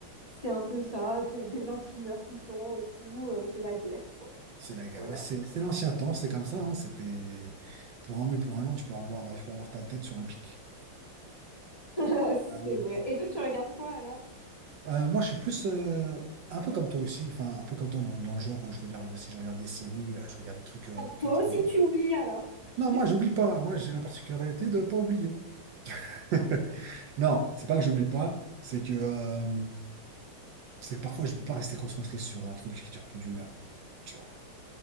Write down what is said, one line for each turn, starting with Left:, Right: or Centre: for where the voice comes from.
Left: C'est un peu ça, des, des gens qui meurent tout le temps et tout. euh, c'est la guerre, quoi.
Right: C'est la,
Left: Voilà.
Right: ouais, c'est c'est l'ancien temps, c'est comme ça. hein. C'était pour un oui, pour un non, tu peux avoir, tu peux avoir ta tête sur un pic.
Left: <laughs>
Right: Allez,
Left: C'est vrai. Et toi, tu regardes quoi alors?
Right: Euh, moi, je suis plus euh, un peu comme toi aussi, enfin, un peu comme toi dans, dans le genre. euh, Je regarde, si je regarde des séries, euh, je regarde des trucs euh,
Left: Toi
Right: pas trop
Left: aussi,
Right: longs.
Left: tu oublies alors. <laughs>
Right: Non, moi, j'oublie pas. Moi, j'ai la particularité de pas oublier. <laughs> Non, c'est pas que j'oublie pas, c'est que, euh, c'est que parfois, je peux pas rester concentré sur un truc qui dure plus d'une heure. Tu vois,